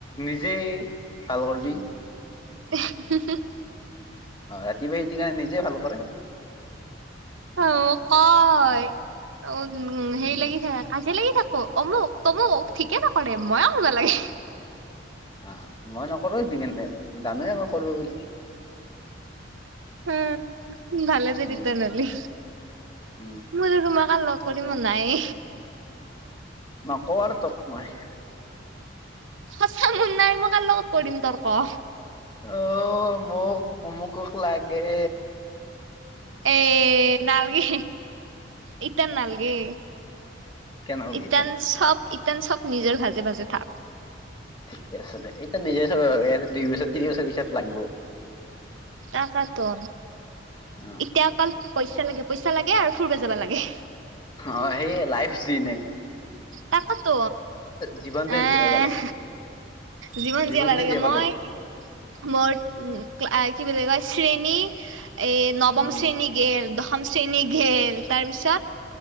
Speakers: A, on the left; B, on the right.
A: নিজেই ভাল কৰিবি।
B: <inaudible>
A: অ' ৰাতিপুৱাই সেইটোকৰণে নিজেই ভাল কৰে।
B: অ' কয় উ, হেৰি
A: উম
B: লাগি থাকে, কায়জিয়া লাগি থাকোঁ অমুক। তমোক ঠিকে নকৰে, ময়ে কৰিব লাগে।
A: অ' মই নকৰোঁ হেইটো কেনে, জানোৱে মই কৰোঁ বুলি।
B: অ' ভালে যদি
A: উম
B: তেনেহ'লি।
A: উম।
B: মই যদি তোমাক আৰ লগ কৰিম নাই।
A: নকওঁ আৰু তক মই।
B: সঁচা মোৰ নাই, মই কাৰ লগত কৰিম তৰ্ক?
A: অ' মোক অমুকক লাগে
B: এ নালগে, এতিয়া নালগে।
A: কেনেল
B: এতিয়ান
A: কেইটাত
B: চব এতিয়ান চব নিজৰ ভাজে ভাজে থাক।
A: ঠিকে আছে দে, এতিয়া নিজে চাব দুই বছৰ তিনি বছৰ পিছত লাগিব।
B: তাকেটো,
A: অ
B: এতিয়া অকল পইচা লাগে, পইচা লাগে আৰু ফুৰিব যাবা লাগে।
A: অ' সেই লাইফ দিন এক
B: তাকেতো
A: জীৱনটো
B: এহ
A: জীয়াব লাগে
B: জীৱন
A: জীৱনটো
B: জীয়াবা লাগে,
A: জীয়াব
B: মই মোৰ উ, কি বুলি কয়, শ্ৰেণী এ, নৱম
A: উম
B: শ্ৰেণী গেল, দশম শ্ৰেণী গেল, তাৰপিছত